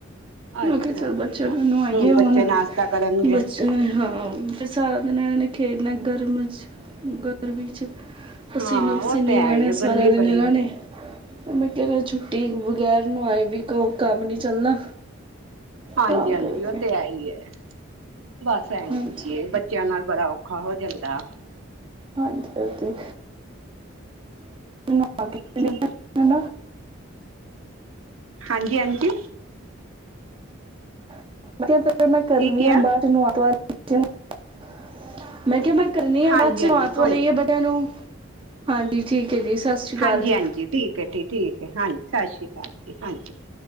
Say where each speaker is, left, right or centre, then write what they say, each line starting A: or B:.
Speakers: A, on the right; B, on the right.
A: ਮੈਂ
B: ਅੱਛਾ
A: ਕਿਹਾ ਚਲ
B: ਅੱਛਾ
A: ਬੱਚਿਆਂ ਨੂੰ ਨਵਾਈਏ ਹੁਣ
B: ਬੱਚੇ ਨਾਸ਼ਤਾ ਕਰਨਗੇ।
A: ਬੱਚੇ ਹਾਂ। ਸਾਧਨਾ ਨੇ ਖੇਡਣਾ। ਗਰਮ 'ਚ, ਗਰਮੀ 'ਚ। <unintelligible> ਪਸੀਨੋ
B: ਹਾਂ
A: ਪਸੀਨੇ
B: ਉਹ ਤੇ ਹੈ
A: ਰਹਿਣੇ
B: ਹੀ ਹੈ ਗਰਮੀ
A: ਸਾਰਾ ਦਿਨ
B: ਬੜੀ
A: ਇਹਨਾਂ
B: ਹੈ।
A: ਨੇ ਮੈਂ ਕਿਹਾ ਛੁੱਟੀ ਬਗੈਰ ਨੂੰਅ ਕੰਮ ਨੀ ਚੱਲਣਾ।
B: ਹਾਂਜੀ
A: ਤਾਂ
B: ਹਾਂਜੀ
A: ਕਰਕੇ
B: ਉਹ ਤੇ ਹੈ ਹੀ ਹੈ। ਬਸ ਇੰਜ
A: ਹਾਂਜੀ
B: ਹੀ ਹੈ ਬੱਚਿਆਂ ਨਾਲ ਬੜਾ। ਔਖਾ ਹੋ ਜਾਂਦਾ
A: ਹਾਂਜੀ ਹਾਂਜੀ। ਮੈਨੂੰ ਆ ਕੇ
B: ਚਲ <inaudible>
A: ਹੈ ਨਾ
B: ਹਾਂਜੀ ਆਂਟੀ।
A: <inaudible> <unintelligible> ਫਿਰ ਮੈਂ ਕਰਨੀ
B: ਕੀ ਕਿਹਾ
A: ਆ ਬਾਦ ਚ। <unintelligible> ਮੈਂ ਕਿਹਾ ਮੈਂ। <unintelligible>
B: ਹਾਂਜੀ ਹਾਂਜੀ ਕੋਈ ਨੀ।
A: <inaudible> <unintelligible> ਹਾਂਜੀ ਠੀਕ ਹੈ ਜੀ। ਸਤਿ ਸ਼੍ਰੀ ਅਕਾਲ
B: ਹਾਂਜੀ
A: ਜੀ
B: ਹਾਂਜੀ ਠੀਕ ਹੈ ਠੀਕ ਠੀਕ ਹੈ। ਹਾਂਜੀ ਸਤਿ ਸ੍ਰੀ ਅਕਾਲ। ਹਾਂਜੀ। <inaudible>